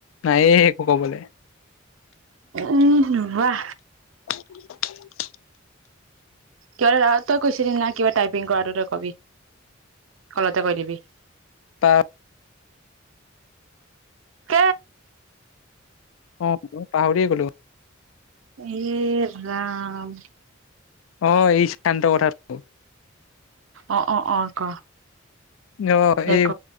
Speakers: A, on the left (about 80°); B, on the right (about 75°).
A: নাই এই একো কবলৈ
B: উ নুৱোৰা
A: উ
B: কেৰা তই কৈছিলি না কিবা টাইপিং কৰাটো তই কবি কলতে কৈ দিবি
A: পা
B: ক
A: অ মই পাহৰিয়ে গ'লো
B: এ ৰাম
A: অ এই শান্ত কথাৰটো
B: অ অ অ ক
A: অ
B: দে
A: এই
B: ক